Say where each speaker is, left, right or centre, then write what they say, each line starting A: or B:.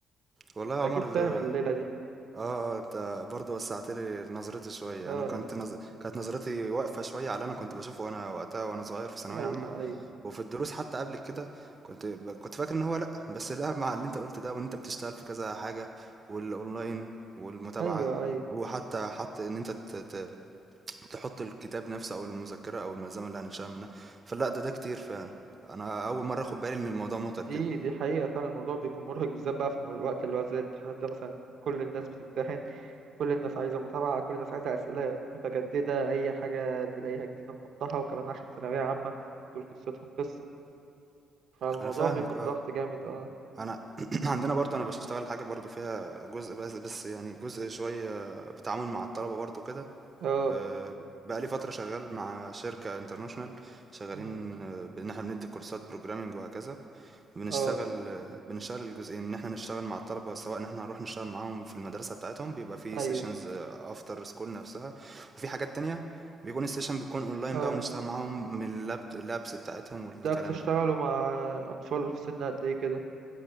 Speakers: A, on the right (about 30°); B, on the right (about 65°).
A: والله يا
B: اكيد
A: عمر
B: فاهم
A: ده
B: الليله دي
A: آه، آه، أنت برضه وسّعت لي نظرتي شوية،
B: اه
A: أنا كنت
B: يعني
A: نظ كانت نظرتي واقفة شوية على اللي أنا كنت باشوفه وأنا وقتها وأنا صغير في ثانوية
B: ايوه
A: عامة،
B: ايوه
A: وفي الدروس حتى قبل كده كنت ب كنت فاكر إن هو لأ، بس لأ مع اللي أنت قُلت ده وإن أنت بتشتغل في كذا حاجة والأونلاين والمتابعة،
B: ايوه ايوه
A: وحتى حط إن أنت ت ت تحط الكتاب نفسه أو المذكرة أو الملزمة اللي هنشتغل منها، فلأ ده ده كتير فعلًا، أنا أول مرّة آخُد بالي إن الموضوع مُتعب
B: دي
A: كده،
B: دي حقيقه فعلا الموضوع بيكون مرهق بالذات بقى في الوقت اللي هو زي الامتحانات ده مثلا كل الناس بتمتحن كل الناس عايزة متابعة كل الناس عايزة أسئلة متجددة أي حاجة نلاقيها جديدة نحطها وكمان عشان ثانوية عامة دول قصتهم قصة فالموضوع
A: أنا فاهمك
B: بيكون
A: آه.
B: ضغط جامد اه
A: أنا <clears throat> عندنا برضه أنا باشتغل حاجة برضه فيها جزء بس بس يعني جزء شوية بتعامل مع الطلبة برضه كده
B: اه
A: آه، بقالي فترة شغال مع شركة انترناشونال شغالين
B: مم.
A: آه، بإن احنا بندي كورسات بروجرامنج وهكذا بنشتغل
B: اه
A: آه، بنشتغل الجزئين إن احنا نشتغل مع الطلبة سواء إن احنا هنروح نشتغل معاهم في المدرسة بتاعتهم بيبقى في
B: أيوه
A: سيشنز أفتر سكول نفسها وفي حاجات تانية بيكون السيشن بتكون أونلاين
B: اه
A: بقى ونشتغل معاهم من اللاب اللابس بتاعتهم والكلام
B: ده بتشتغلوا
A: ده
B: مع أطفال في سن قد إيه كده